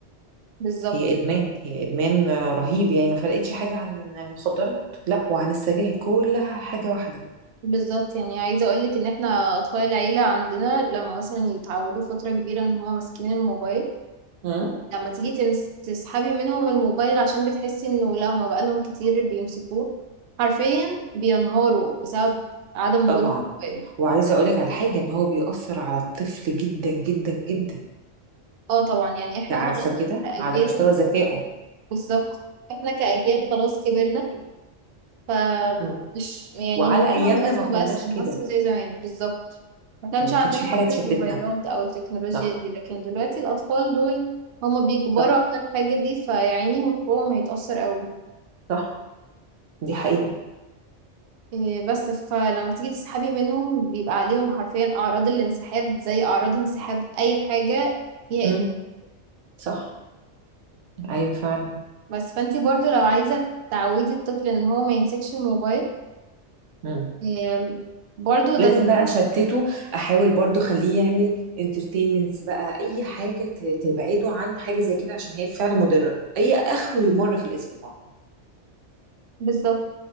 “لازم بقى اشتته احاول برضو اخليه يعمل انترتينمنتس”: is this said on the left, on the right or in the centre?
Right